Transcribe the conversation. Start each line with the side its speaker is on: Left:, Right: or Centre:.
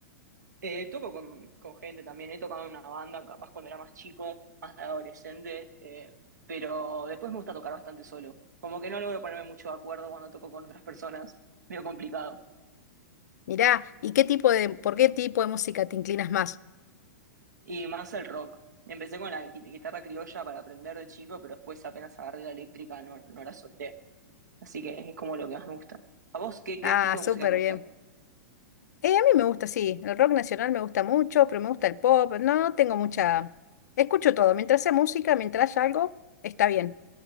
Right: Eh, toco con, con gente también, he tocado en una banda, capaz cuando era más chico, más adolescente, eh, pero después me gusta tocar bastante solo. Como que no logro ponerme mucho de acuerdo cuando toco con otras personas, <laughs> medio complicado.
Left: Mirá, ¿y qué tipo de, por qué tipo de música te inclinas más?
Right: Y más el rock. Empecé con la gui- guitarra criolla para aprender de chico, pero después apenas agarré la eléctrica no, no la solté. Así que es como lo que más me gusta. ¿A vos qué, qué
Left: Ah,
Right: tipo
Left: súper
Right: de música te gusta?
Left: bien. Eh, a mí me gusta, sí, el rock nacional me gusta mucho, pero me gusta el pop, no tengo mucha... Escucho todo, mientras sea música, mientras haya algo, está bien,